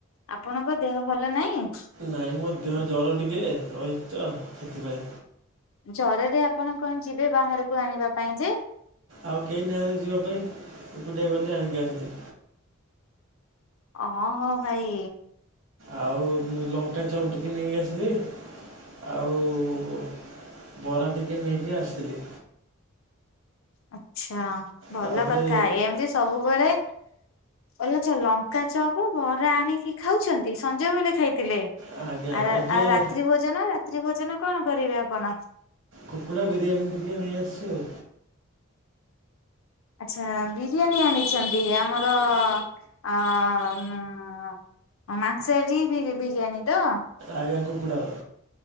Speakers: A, on the left (about 70°); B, on the right (about 65°).
A: ଆପଣଙ୍କ ଦେହ ଭଲ ନାହିଁ?
B: ନାଇଁ, ମୋ ଦେହ ଜ୍ବର ଟିକେ ରହିଛି ତ ସେଥିପାଇଁ।
A: ଜରରେ ଆପଣ କଣ ଯିବେ ବାହାରକୁ ଆଣିବା ପାଇଁ ଯେ।
B: ଆଉ କେହି ନାହାନ୍ତି ଯିବା ପାଇଁ, ଏକୁଟିଆ ଗଲି ଆଣିକି ଆସିଲି।
A: ହଁ ହଁ ଭାଇ।
B: ଆଉ ମୁଁ ଲଙ୍କା ଚପ୍ ଟିକେ ନେଇ ଆସିଲି। ଆଉ ବରା ଟିକେ ନେଇକି ଆସିଥିଲି।
A: ଆଚ୍ଛା ଭଲ
B: ତାପରେ
A: କଥା ଏମ୍ ତି ସବୁବେଳେ। ଓ ଲ ଲଙ୍କା ଚପ ବରା ଆଣିକି ଖାଉଛନ୍ତି ସଞ୍ଜ ବେଲେ ଖାଇଥିଲେ।
B: ଆଉ ଆଉ ରାତ୍ରି ଭୋଜନ ରାତ୍ରି
A: ଆ-ଆଉ
B: ଭୋଜନ କଣ କରିବେ ଆପଣ?
A: ରାତ୍ରି ଭୋଜନ ରାତ୍ରି ଭୋଜନ କଣ କରିବେ ଆପଣ?
B: କୁକୁଡ଼ା ବିରିୟାନି ଟିକେ ନେଇ ଆସିଛି ଆଉ।
A: ଆଚ୍ଛା। ବିରିୟାନୀ ଆଣିଛନ୍ତି ଆମର ଅ ଓ ମାଂସାରୀ ବିରି-ବିରିୟାନୀ ତ?
B: ଆଜ୍ଞା କୁକୁଡ଼ାର।